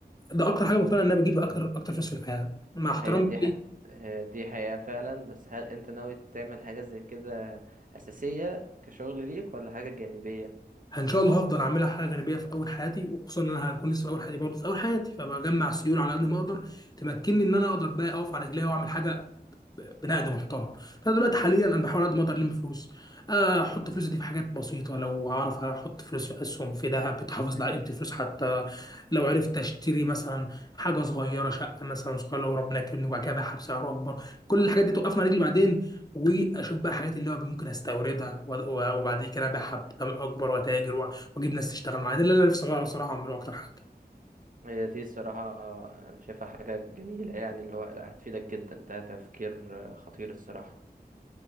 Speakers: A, on the left; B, on the right.
A: ده اكتر حاجه مقتنع ان انا بجيب اكتر اكتر فلوس في الحياه مع احترامي
B: هي دي ح...
A: ليه
B: هي دي حقيقه فعلا بس هل انت ناوي تعمل حاجه زي كده اساسيه كشغل ليك ولا حاجه جانبيه
A: يعني ان شاء الله هفضل اعملها حاجه جانبيه في اول حياتي وخصوصا ان انا هكون لسه في اول حياتي برضه في اول حياتي فبجمع سيوله على قد ما اقدر تمكنني ان انا اقدر بقى اقف على رجلي واعمل حاجه ب- بنقد محترم فانا دلوقتي حاليا انا بحاول قد ما اقدر الم فلوس آه، احط فلوسي دي في حاجات بسيطه لو اعرف احط فلوس في اسهم في ذهب بتحافظ على قيمه الفلوس حتى لو عرفت اشتري مثلا حاجه صغيره شقه مثلا صغيره لو ربنا كرمني وبعد كده ابيعها بسعر اكبر كل الحاجات دي توقفنا على رجلي بعدين واشوف بقى حاجات اللي هو ممكن استوردها و- و- وبعد كده ابيعها بثمن اكبر واتاجر و- واجيب ناس تشتغل معايا ده اللي انا نفسي أغيره صراحه اعمله اكتر حاجه
B: هي دي الصراحة أنا شايفها حاجة جميلة يعني اللي هو لا هتفيدك جدا ده تفكير آه، خطير الصراحة